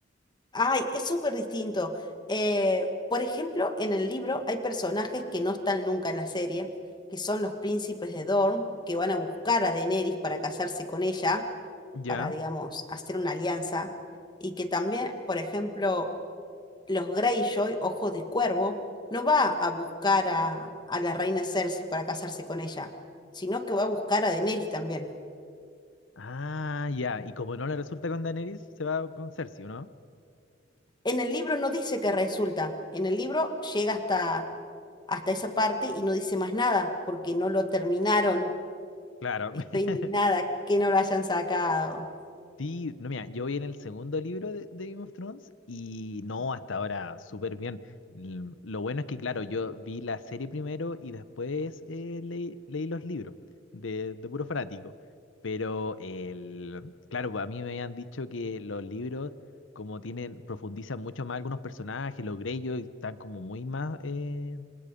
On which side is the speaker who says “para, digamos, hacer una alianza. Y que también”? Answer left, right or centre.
Left